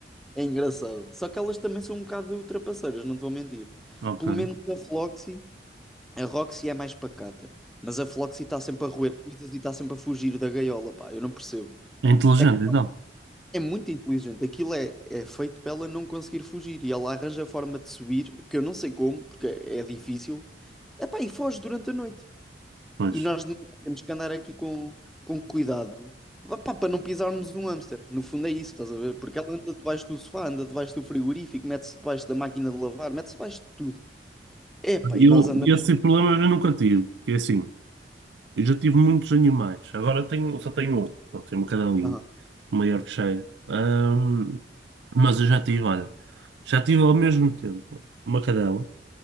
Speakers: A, in the centre; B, on the right (about 70°).
A: é engraçado. Só que elas também são um bocado trapaceiras, não te vou mentir.
B: Ok.
A: Pelo menos a Floxy, a Roxy é mais pacata. Mas a Floxy está sempre a roer coisas e está sempre a fugir da gaiola, pá, eu não percebo.
B: É inteligente,
A: É
B: então.
A: É muito inteligente. Aquilo é, é feito para ela não conseguir fugir e ela arranja a forma de subir, que eu não sei como, porque é é difícil. Epá, e foge durante a noite.
B: Pois.
A: E nós de manhã temos que andar aqui com, com cuidado. Epá, para não pisarmos um hamster. No fundo é isso, estás a ver? Porque ela anda debaixo do sofá, anda debaixo do frigorífico, mete-se debaixo da máquina de lavar, mete-se debaixo de tudo. Epá,
B: Eu,
A: e nós andamos.
B: esse problema eu nunca tive, porque é assim, eu já tive muitos animais, agora tenho, só tenho outro, pronto, tenho uma cadelinha,
A: Aham,
B: uma Yorkshire. Ahm, mas eu já tive, olha, já tive ao mesmo tempo uma cadela,